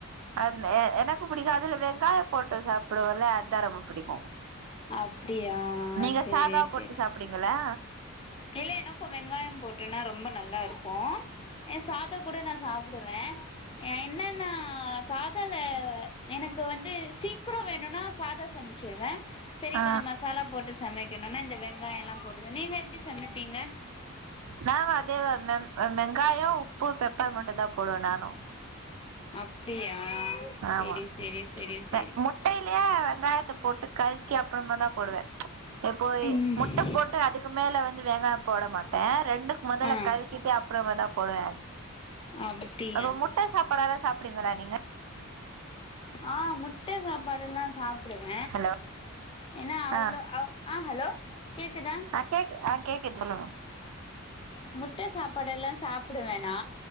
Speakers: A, on the right; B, on the left.
A: அதுனே எனக்கு புடிக்கு அதுல வெங்காயொ போட்டு சாப்டுவோல்ல அதா ரொம்ப க்கு
B: அப்டியா
A: நீங்க
B: சேரி
A: சாதா போட்டு
B: சேரி
A: சாப்டுவிங்களா
B: இல்ல எனக்கு வெங்காயம் போட்டுன்னா ரொம்ப நல்லா இருக்கு ஏன் சாத கூட நா சாப்டுவே எ என்னன்னா சாதோல எனக்கு வந்து சீக்ரோ வேணுனா சாதா சமைச்சீடுவே சரி
A: ஆ
B: கொஞ்சோ மசாலா போட்டு சமைக்கணுனா இந்த வெங் ங்கயல்லா போடுவ நீங்க எப்டி சமப்பீங்க
A: நாங்க அதேதா மேம் வெங்காயொ உப்பு பெப்பர் மட்டுந்தா போடுவ நானு
B: அப்டியா செரி
A: ஆமா
B: செரி செரி செரி
A: ப முட்டைலயா வெங்காயத்த போட்டு கல்கி அப்ரோமா தா போடுவ எப்போய்
B: ம்
A: முட்ட போட்டு அதுக்கு மேல வந்து வெங்காயொ போட மாட்ட ரெண்டுக் மொதல்ல
B: ஆ
A: கல்கிட்டு அப்புறமா தா போடுவ
B: அப்டியா
A: அது அவ் முட்ட சாப்படாத சாப்டுவிங்களா நீங்க
B: ஆ முட்ட சாப் படுல்லா சாப்புடுவ
A: ஹலோ
B: ஏன்னா அவ்ளோ
A: ஆ
B: அவ் ஆ ஹலோ கேக்குதா
A: ஆ கேக்கு ஆ கேக்குது சொல்லுங்க
B: முட்ட சாப்பாடுல்லா சாப்புடுவன் நா